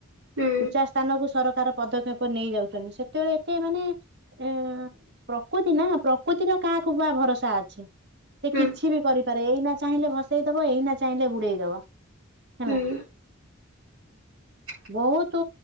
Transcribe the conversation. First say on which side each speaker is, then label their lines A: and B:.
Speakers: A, on the right; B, on the right.
A: ହୁଁ
B: ଉଚା ସ୍ଥାନକୁ ସରକାର ପଦକ୍ଷେପ ନେଇଯାଉଚନ୍ତି ସେତେବେଳେ ଏତେ ମାନେ ଏ ପ୍ରକୃତି ନା ପ୍ରକୃତିର କା କୁ ବା ଭରସା ଅଛି। ସେ
A: ହୁଁ
B: କିଛି ବି କରିପାରେ ଏଇନା ଚାହିଁଲେ ଭସେଇ ଦବ ଏଇନା ଚାହିଁଲେ ବୁଡେଇ ଦବ। ହେଲା।
A: ହୁଁ। <inaudible>
B: ବହୁତ